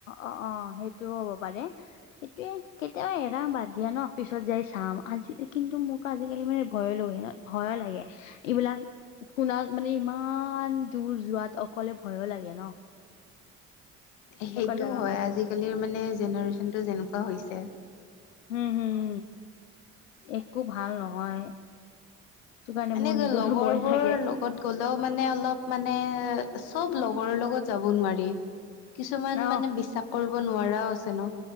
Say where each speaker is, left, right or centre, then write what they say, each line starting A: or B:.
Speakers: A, on the left; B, on the left.
A: অ, অ', সেইটোও হ'ব পাৰে। এতিয়া, কেতিয়াবা এৰা বাদ দিয়া ন', পিছত যাই চাম, আজি কিন্তু মোক আজিকালি মানে ভয়, ভয় লাগে, এইবিলাক মানে ইমান দূৰ যোৱাত, অকলে ভয়ো লাগে ন'। এনেকুৱা
B: সেইটোও
A: জেগা
B: হয়,
A: হ'ব
B: আজিকালিৰ মানে জেনেৰেচনটো যেনেকুৱা হৈছে।
A: উম, হম, একো ভাল নহয়। সেইটো কাৰণে
B: মানে
A: মোৰ নিজৰো
B: লগৰবোৰৰ
A: ভয় লাগে।
B: লগত গ'লেও মানে, অলপ মানে চব লগৰৰ লগত যাব নোৱাৰি। কিছুমান
A: অ
B: মানে বিশ্বাস কৰিব নোৱাৰাও আছে ন'।